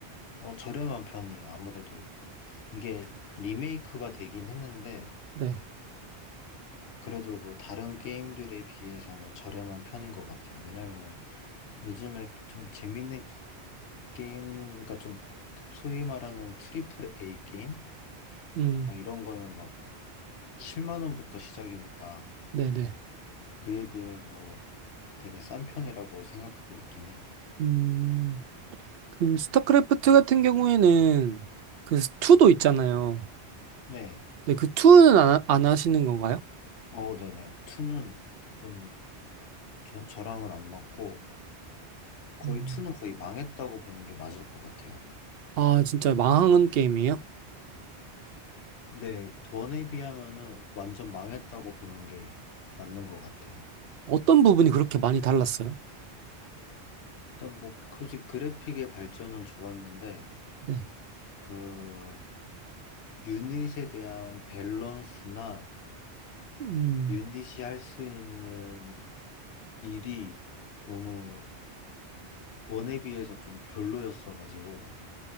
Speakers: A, on the left; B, on the right.
A: 어, 저렴한 편이에요. 아무래도 이게 리메이크가 되긴 했는데
B: 네.
A: 그래도 뭐 다른 게임들에 비해서는 저렴한 편인 것 같아요. 왜냐면은 요즘에 좀 재밌는 게임, 그러니까 좀 소위 말하는 트리플 A 게임?
B: 음,
A: 막 이런 거는 막 7만 원부터 시작이니까
B: 네네.
A: 그에 비해서 되게 싼 편이라고 생각하고 있긴 해요.
B: 음, 그 스타크래프트 같은 경우에는 그 2도 있잖아요.
A: 네.
B: 네, 그 2는 안, 하- 안 하시는 건가요?
A: 어, 네네. 2는 좀 저, 저랑은 안 맞고 거의
B: 음.
A: 2는 거의 망했다고 보는 게 맞을 것 같아요.
B: 아, 진짜 망한 게임이에요?
A: 네. 1에 비하면은 완전 망했다고 보는 게 맞는 것 같아요.
B: 어떤 부분이 그렇게 많이 달랐어요?
A: 일단 뭐, 굳이 그래픽의 발전은 좋았는데
B: 네.
A: 그 유닛에 대한 밸런스나
B: 음,
A: 유닛이 할 수 있는 일이 너무 원에 비해서 좀 별로였어가지고